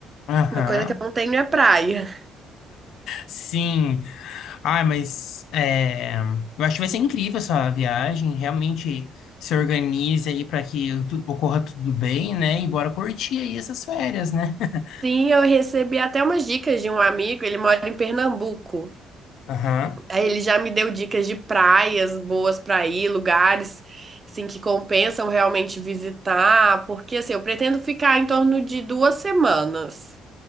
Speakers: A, on the left; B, on the right.
A: aham.
B: uma coisa que eu não tenho é praia.
A: Sim. Ai, mas é, eu acho que vai ser incrível essa viagem. Realmente se organize aí para que tu- ocorra tudo bem, né? E bora curtir aí essas férias, né? <laughs>
B: Sim, eu recebi até umas dicas de um amigo, ele mora em Pernambuco.
A: Aham,
B: Aí ele já me deu dicas de praias boas para ir, lugares assim que compensam realmente visitar, porque assim, eu pretendo ficar em torno de duas semanas.